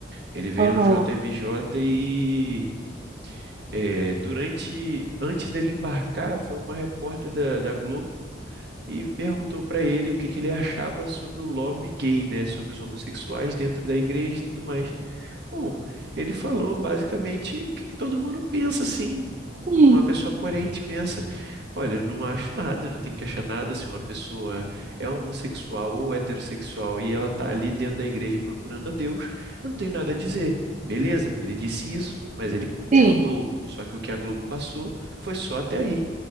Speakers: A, on the right; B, on the right.
A: Ele veio
B: aham.
A: no JMJ e é, durante, antes dele embarcar, foi uma repórter da, da Globo e perguntou para ele o que que ele achava sobre o lobby gay, né? Sobre os homossexuais dentro da igreja e tudo mais. Bom, ele falou basicamente o que, que todo mundo pensa, assim, co-
B: Sim,
A: uma pessoa coerente pensa. Olha, eu não acho nada, eu não tem que achar nada. Se uma pessoa é homossexual ou heterossexual e ela está ali dentro da igreja procurando a Deus, eu não tenho nada a dizer. Beleza, ele disse isso, mas ele continuou.
B: sim.
A: Só que o que a Globo passou foi só até aí.